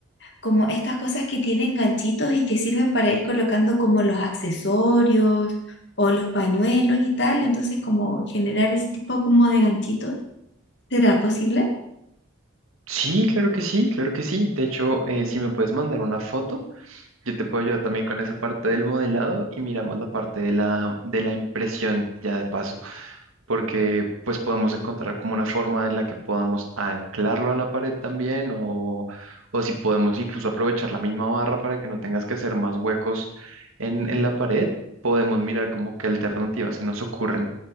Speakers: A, on the left; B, on the right.
A: como estas cosas que tienen ganchitos y que sirven para ir colocando como los accesorios o los pañuelos y tal. Entonces, como generar ese tipo como de ganchitos, ¿será posible?
B: Sí, claro que sí, claro que sí. De hecho, eh, si me puedes mandar una foto, yo te puedo ayudar también con esa parte del modelado y miramos la parte de la, de la impresión ya de paso. porque pues podemos encontrar como una forma en la que podamos anclarlo a la pared también o, o si podemos incluso aprovechar la misma barra para que no tengas que hacer más huecos en, en la pared, podemos mirar como qué alternativas se nos ocurren